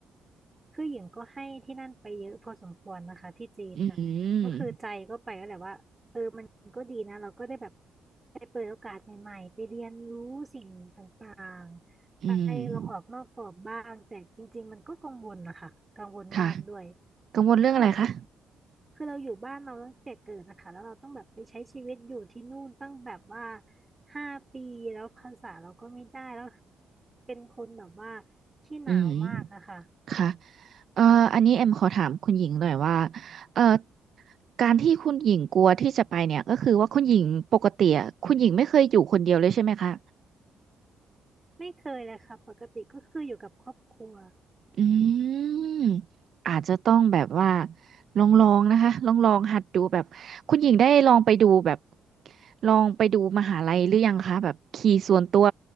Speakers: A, on the right (about 20°); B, on the right (about 60°).
A: คือหญิงก็ให้ที่นั่นไปเยอะพอสมควรนะคะที่จีนนะก็คือใจก็ไปแล้วแหละว่าเออมันก็ดีนะเราก็ได้แบบ
B: อืม
A: ไปเปิดโอกาสใหม่ๆไปเรียนรู้สิ่งต่างๆไปลองออกนอกกรอบบ้างแต่จริงๆมันก็กังวลนะคะกังวลมากด้วย
B: อืมค่ะกังวลเรื่องอะไรคะ
A: เพราะแบบเราคือเราอยู่บ้านเราตั้งแต่เกิดนะคะแล้วเราต้องแบบไปใช้ชีวิตอยู่ที่นู่นตั้งแบบว่าห้าปีแล้วภาษาเราก็ไม่ได้แล้วเป็นคนแบบว่าขี้หนาวมากอะค่ะ
B: อืมค่ะเอ่ออันนี้เอ็มขอถามคุณหญิงหน่อยว่าเอ่อการที่คุณหญิงกลัวที่จะไปเนี่ยก็คือว่าคุณหญิงปกติอะคุณหญิงไม่เคยอยู่คนเดียวเลยใช่ไหมคะ
A: ไม่เคยเลยค่ะปกติก็คืออยู่กับครอบครัว
B: อืมอาจจะต้องแบบว่าลองลองนะคะลองลองหัดดูแบบคุณหญิงได้ลองไปดูแบบลองไปดูมหาลัยหรือยังคะแบบขี่ส่วนตัว